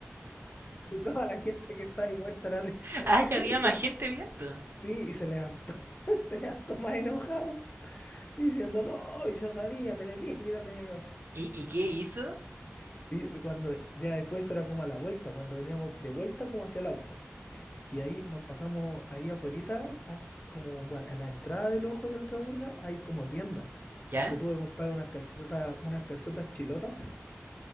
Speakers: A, on the left; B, on the right.
A: Y toda la gente que estaba ahí muerta la risa.
B: Ah,
A: <laughs>
B: ya había
A: Y se
B: más
A: le-
B: gente viendo.
A: sí, y se levantó. <laughs> Se levantó más enojado, diciendo, no, y yo sabía, te le dije que no tenía que pasar.
B: ¿Y, y qué hizo?
A: <laughs> Y cuando, ya después eso era como a la vuelta, cuando veníamos de vuelta como hacia el auto. Y ahí nos pasamos ahí afuerita, an- como gua- a la entrada del ojo del Caburga, hay como tienda.
B: ¿Ya?
A: Y se tuvo que comprar unas calcetas, unas calzotas chilotas,